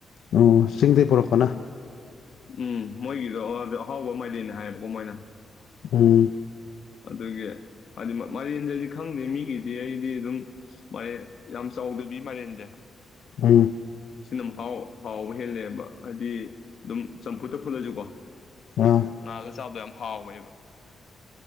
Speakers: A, on the left (about 80°); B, on the left (about 60°).
A: ꯑꯣ ꯆꯤꯡꯗꯩ ꯄꯨꯔꯛꯄꯅ
B: ꯎꯝ ꯃꯣꯏꯒꯤꯗꯣ ꯑꯍꯥꯎꯕ ꯃꯥꯏꯔꯦꯟꯅꯥ ꯍꯥꯏꯌꯦꯕꯀꯣ ꯃꯣꯏꯅ
A: ꯎꯝ
B: ꯑꯗꯨꯒꯤ ꯍꯥꯏꯗꯤ ꯃꯥꯏꯔꯦꯟꯁꯦ ꯑꯩꯗꯤ ꯈꯪꯗꯦ ꯃꯤꯒꯤꯗꯤ ꯑꯩꯗꯤ ꯑꯗꯨꯝ ꯃꯥꯏꯔꯦꯟ ꯌꯥꯝ ꯆꯥꯎꯗꯕꯤ ꯃꯥꯏꯔꯦꯟꯖꯦ
A: ꯎꯝ
B: ꯁꯤ ꯅꯝ ꯍꯥꯎ ꯍꯥꯎꯕ ꯍꯦꯜꯂꯦꯕ ꯍꯥꯏꯗꯤ ꯑꯗꯨꯝ ꯆꯝꯐꯨꯠꯇ ꯐꯨꯠꯂꯁꯨꯀꯣ
A: ꯑꯥ
B: ꯉꯥꯜꯂꯒ ꯆꯥꯕ ꯍꯥꯎꯋꯦꯕ